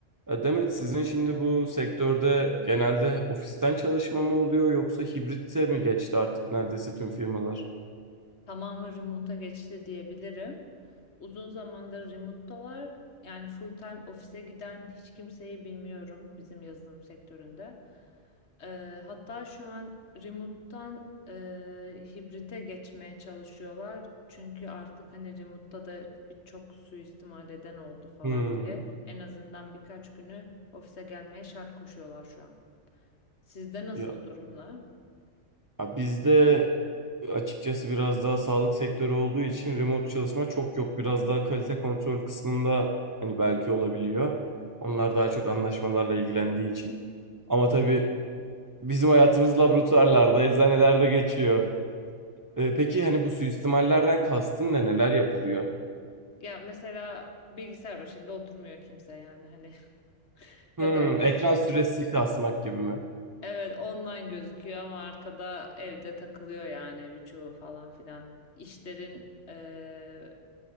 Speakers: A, on the right (about 25°); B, on the left (about 55°).
A: E, Demet sizin şimdi bu sektörde genelde ofisten çalışma mı oluyor yoksa hibrite mi geçti artık neredeyse tüm firmalar?
B: Tamamı remote'a geçti diyebilirim. Uzun zamandır remote'dalar. Yani full time ofise giden hiç kimseyi bilmiyorum bizim yazılım sektöründe. Ee, hatta şu an remote'tan e, hibrite geçmeye çalışıyorlar. Çünkü artık hani remote'da da birçok suistimal eden oldu falan
A: Hmm,
B: diye. En azından birkaç günü ofise gelmeye şart koşuyorlar şu an. Sizde nasıl
A: ya,
B: durumlar?
A: ya bizde açıkçası biraz daha sağlık sektörü olduğu için remote çalışma çok yok. Biraz daha kalite kontrol kısmında hani belki olabiliyor. Onlar daha çok anlaşmalarla ilgilendiği için. Ama
B: Hı hı.
A: tabii bizim hayatımız laboratuvarlarda, eczanelerde geçiyor. Ee, peki hani bu suistimallerden kastın ne? Neler yapılıyor?
B: Ya mesela bilgisayar başında oturmuyor kimse yani hani Ya
A: Hmm,
B: da o,
A: ekran
B: o
A: süresi kasmak gibi mi?
B: evet online gözüküyor ama arkada evde takılıyor yani birçoğu falan filan. İşlerin eee,